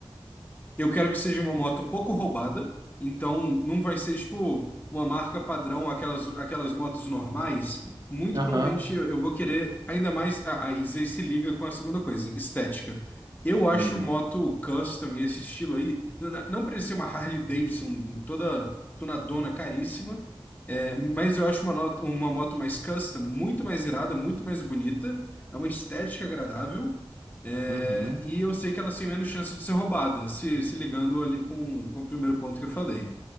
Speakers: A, on the left (about 20°); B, on the right (about 40°).
A: Eu quero que seja uma moto pouco roubada, então não vai ser tipo uma marca padrão, aquelas, aquelas motos normais. Muito
B: aham,
A: provavelmente eu, eu vou querer ainda mais. Ah, ah, isso aí se liga com a segunda coisa, estética. Eu acho
B: uhum,
A: moto custom e esse estilo aí, n- não precisa ser uma Harley Davidson toda tunadona caríssima, é, mas eu acho uma, nota- uma moto mais custom muito mais irada, muito mais bonita, é uma estética agradável. É,
B: uhum,
A: e eu sei que elas têm menos chance de ser roubadas, se, se ligando ali com, com o primeiro ponto que eu falei.